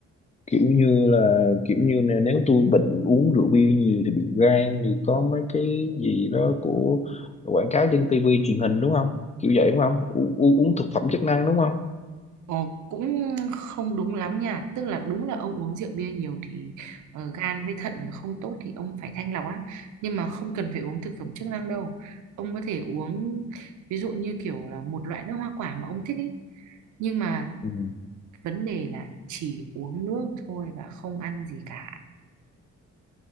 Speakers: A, on the left; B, on the right.
A: kiểu như là kiểu như là nếu tôi bệnh uống rượu bia nhiều thì bị gan thì có mấy cái gì đó của quảng cáo trên tivi truyền hình đúng không kiểu vậy đúng không U u- uống thực phẩm chức năng đúng không
B: Ồ, cũng không đúng lắm nha tức là đúng là ông uống rượu bia nhiều thì ờ, gan với thận không tốt thì ông phải thanh lọc á nhưng mà không cần phải uống thực phẩm chức năng đâu ông có thể uống ví dụ như kiểu là một loại nước hoa quả mà ông thích ấy nhưng mà
A: Ừ.
B: vấn đề là chỉ uống nước thôi và không ăn gì cả